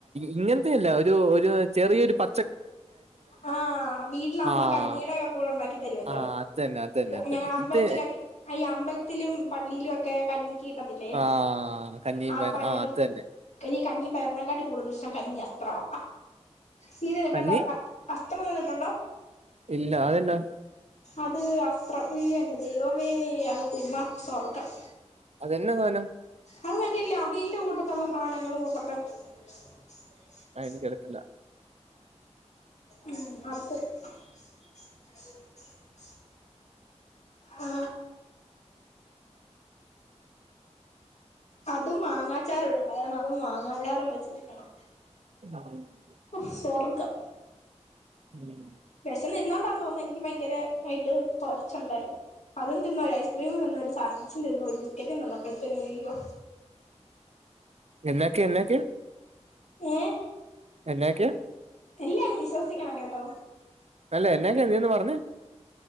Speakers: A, on the right; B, on the left.
A: ഇങ്ങനത്തെ എല്ലാ ഒരു ഒരു ചെറിയൊരു പ
B: ആ വീട്ടിൽ അമ്മ
A: ആഹ്
B: കഞ്ഞിയുടൊക്കെ കൂടെ ഉണ്ടാക്കി തരുമല്ലോ
A: ആഹ് അത് തന്നെ അത് തന്നെ അത്
B: ഞങ്ങളുടെ
A: തന്നെ
B: അമ്പലത്തിൽ
A: ഇത്
B: ഒക്കെ ഈ അമ്പലത്തിൽ അമ്പലത്തിലും പള്ളിയിലും ഒക്കെ കഞ്ഞി കഞ്ഞി കിട്ടത്തില്ലേ
A: ആഹ് കഞ്ഞിയും
B: ആ പയറും
A: ആഹ് അത് തന്നെ
B: കഞ്ഞി പയറിനെക്കാളും കൂടുതലിഷ്ടം കഞ്ഞി യസ്ത്റവ <unintelligible>
A: കഞ്ഞി
B: <unintelligible>
A: ഇല്ല അതല്ല <unintelligible>
B: അത് അസ്ത്രം ഈ എന്റെ ദൈവമേ ഇയാൾക്ക് ന്ന സ്വർഗം
A: അതെന്നാ സാനം
B: അത് മറ്റേതിലെ അവിയലിന്റെ കൂട്ടത്തുള സാനം <unintelligible>
A: ആ എനിക്കറിയത്തില്ല
B: ഉം അത് <inaudible> ആ അതു മാങ്ങാ അച്ചാർ ഉണ്ടായാൽ മതി അതു മാങ്ങ അച്ചാറും വെച്ച് തിന്നണം
A: <inaudible>
B: ഉഫ് സ്വർഗം
A: ഉം
B: വിശന്നിരുന്നോണ്ട തോന്നുന്ന് എനിക്ക് ഭയങ്കരായിട്ട് <unintelligible> അതൊന്നും തിന്നോലോ ഐസ്ക്രീം തിന്നുലോ <unintelligible> <unintelligible> ഒരു ബിസ്കറ്റും തിന്നപ്പത്തേന് അയ്യോ
A: എന്നാക്കെ എന്നാക്കെ
B: ഏ <unintelligible>
A: എന്നാക്കെ
B: എല്ലാം അങ്ങ് വിശ്വസിക്കണം കേട്ടോ
A: അല്ല എന്നതാ ചെയ്തത് പറഞ്ഞു <unintelligible>